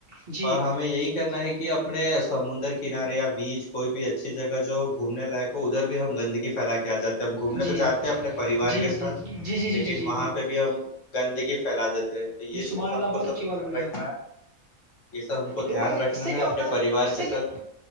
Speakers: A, on the right; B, on the left.
A: جی
B: اور ہمیں یہی کرنا ہے کہ اپنے سمندر کنارے یا بیچ کوئی بھی اچھی جگہ جو گھومنے لائق ہو ادھر بھی ہم گندگی پھیلا کے آ جاتے ہیں ہم گھومنے
A: جی
B: تو چاتتے ہیں اپنے پریوار
A: جی
B: کے ساتھ
A: جی جی جی جی
B: لیکن
A: جی جی
B: وہاں پہ بھی ہم گندگی پھیلا دیتے ہیں تو یہ
A: جی سبحان
B: صرف
A: اللہ
B: ہم کو
A: بہت
B: سب
A: اچھی
B: دھیان
A: بات بولی
B: رکھنا
A: آپ نے
B: ہے یہ ہم کو دھیان
A: دیکھو بھائی
B: رکھنا
A: اس سے
B: ہے
A: کیا
B: اپنے
A: ہوتا
B: پریوار
A: اس
B: کے
A: سے
B: ساتھ
A: کیا